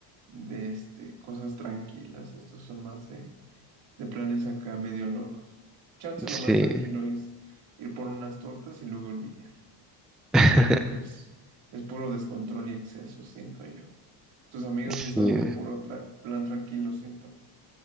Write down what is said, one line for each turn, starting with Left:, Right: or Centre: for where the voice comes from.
Right: de este, cosas tranquilas. Estos son más de, de planes acá medio locos. Chance
Centre: Sí.
Right: lo más tranquilo es ir por unas tortas y luego el billar.
Centre: <laughs>
Right: Ya de ahí, pues, es puro descontrol y exceso, siento yo. Tus amigos
Centre: Sí,
Right: sí son de puro tra- plan tranquilo, siento.